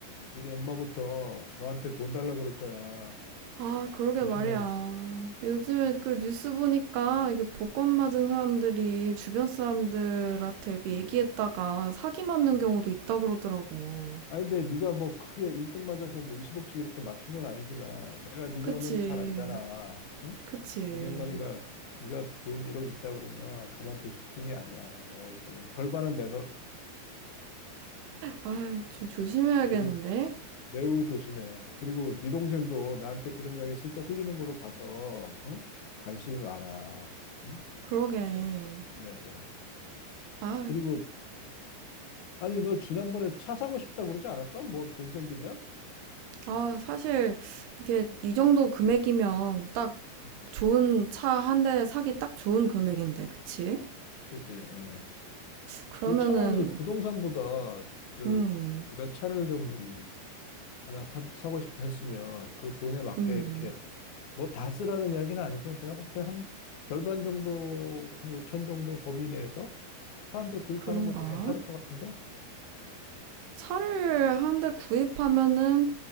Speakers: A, on the left; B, on the right.
A: 니네 엄마부터 너한테 돈 달라고 그럴 거야.
B: 아, 그러게
A: 조심해.
B: 말이야. 요즘에
A: 어,
B: 그 뉴스 보니까 이게 복권 맞은
A: 어,
B: 사람들이 주변 사람들한테
A: 음.
B: 이렇게 얘기했다가
A: 음.
B: 사기 맞는
A: 음.
B: 경우도 있다 그러더라고.
A: 아니, 근데 네가 뭐 크게 1등 맞아서 뭐 20억씩 이렇게 맞춘 건 아니지만 내가 니네
B: 그치,
A: 어머니 잘 알잖아. 응?
B: 그치.
A: 니네 어머니가 네가 돈 1억 있다 그러면 가만둘 뿐이 아니야. 내가 볼 때는 절반은 내놓으라.
B: 아, 좀 조심해야겠는데?
A: 매우 매우 조심해. 그리고 네 동생도 나한테 그런 이야기 슬쩍 흘리는 걸로 봐서 어? 관심이 많아. 응?
B: 그러게.
A: 또 조심해야 돼.
B: 아,
A: 그리고 아니, 너 지난번에 차 사고 싶다고 그러지 않았어? 뭐 돈 생기면?
B: 아, 사실 이게
A: 음,
B: 이 정도 금액이면 딱
A: 음,
B: 좋은 차 한 대 사기 딱 좋은 금액인데, 그치?
A: 그지. 어.
B: 그러면은,
A: 그 차라리 부동산보다 그
B: 음,
A: 네가 차를 좀 하나 사, 사고 싶어 했으면 그 돈에 맞게
B: 음,
A: 이렇게 뭐 다 쓰라는 이야기는 아니고 내가 볼 때 한 절반 정도 한 5천 정도 범위 내에서 차 한 대 구입하는
B: 그런가?
A: 것도 괜찮을 것 같은데.
B: 차를 한 대 구입하면은